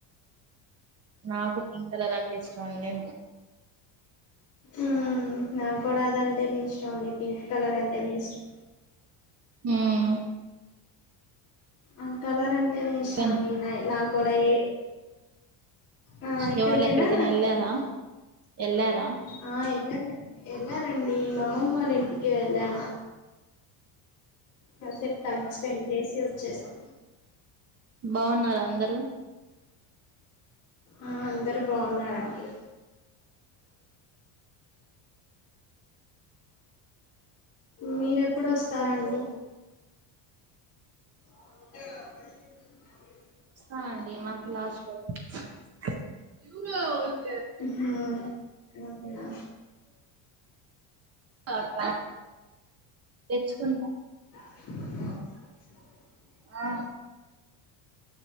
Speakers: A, on the right (about 30°); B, on the left (about 25°).
A: నాకు పింక్ కలర్ అంటే ఇష్టమండి
B: ఆ నాకు కూడా అదంటే ఇ ష్టమండి పింక్ కలర్ అంటేనే ఇష్టం
A: ఉమ్మ్
B: ఆ కలర్ అంటేనే ఇష్టమండి
A: ఏం-
B: నాకూడా ఏ ఆ ఎక్కడికేనా
A: ఇవాళ ఎక్కడికైనా వెళ్ళారా వెళ్ళారా
B: ఆ ఎళ్లాల ఎళ్లాలండీ ఈ మా అమ్మమ్మ వాళ్ల ఇంటికి వెళ్ళాను కాసేపు టైం స్పెండ్ చేసి వచ్చేసాం
A: బాగున్నారా అందరూ
B: ఆ అందరు బాగున్నారంండి మీరేప్పుడు వస్తారండి ఆ
A: వస్తా అండి మకు లాస్ట్ <unintelligible>
B: హుఉమ్మ్ ఓకేనా
A: పా తా తెచ్చుకుందా
B: ఓ
A: ఆ